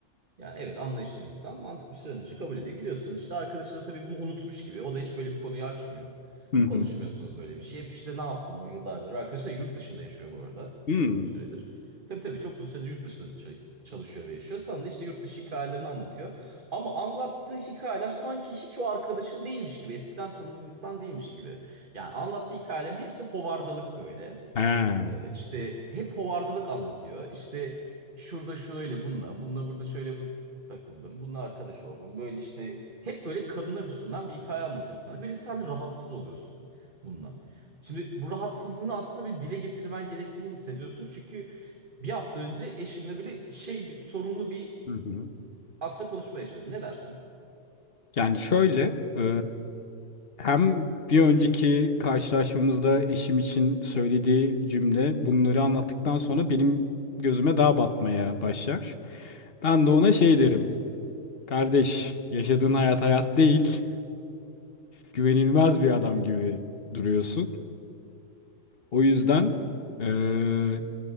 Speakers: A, on the right; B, on the left.
A: Yani evet anlayışlı bir insan mantıklı bir şey söylediğin için kabul ediyor. Gidiyorsunuz işte arkadaşı da tabii bunu unutmuş gibi. O da hiç böyle bir konuyu açmıyor.
B: Hı hı.
A: Konuşmuyorsunuz böyle bir şey. Hep işte ne yaptın On yıllardır. Arkadaşı da yurt dışında yaşıyor bu arada.
B: Hmm.
A: Çok uzun süredir. Tabii tabii çok uzun süredir yurt dışında ça- çalışıyor ve yaşıyor. Sana da işte yurt dışı hikayelerini anlatıyor. Ama anlattığı hikayeler sanki hiç o arkadaşın değilmiş gibi. Eskiden tanıdığın insan değilmiş gibi. Yani anlattığı hikayelerin hepsi hovardalık böyle.
B: He.
A: Ee, işte hep hovardalık anlatıyor. İşte şurada şöyle bununla, bununla burada şöyle bu takıldım. Bununla arkadaş oldum. Böyle işte hep böyle kadınlar üstünden bir hikaye anlatıyor sana. Böyle sen de rahatsız oluyorsun bununla. Şimdi bu rahatsızlığını aslında bir dile getirmen gerektiğini hissediyorsun. Çünkü bir hafta önce eşinle böyle şey bir sorunlu bir
B: Hı hı.
A: aslında konuşma yaşadın. Ne dersin?
B: Yani şöyle e, hem bir önceki karşılaşmamızda eşim için söylediği cümle bunları anlattıktan sonra benim gözüme daha batmaya başlar. Ben de ona şey derim. Kardeş, yaşadığın hayat hayat değil. Güvenilmez bir adam gibi duruyorsun. O yüzden eee,